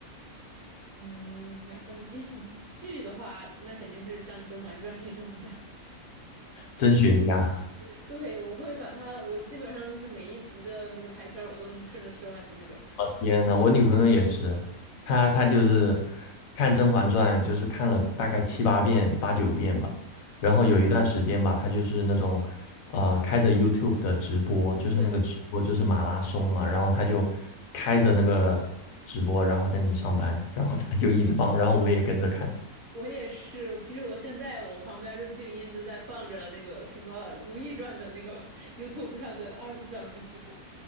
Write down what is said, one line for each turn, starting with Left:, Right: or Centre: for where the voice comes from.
Right: 嗯，两三遍的剧剧的话，那肯定是像《甄嬛传》这种的。
Left: 真学家。
Right: <laughs> 对，我会把它，我基本上就是每一集的那个台词儿，我都能顺着说下去那种。
Left: 天呐，我女朋友也是，她她就是看《甄嬛传》，就是看了大概七八遍、八九遍吧。然后有一段时间吧，她就是那种，呃，开着 YouTube 的直播，就是那个直播就是马拉松嘛，
Right: 对，
Left: 然后她就开着那个直播，然后在那里上班，然后她就一直放，然后我也跟着看，
Right: 我也是，我其实我现在我旁边儿就静音就在放着那个什么《如懿传》的那个 <laughs> YouTube 上的二十四小时直播。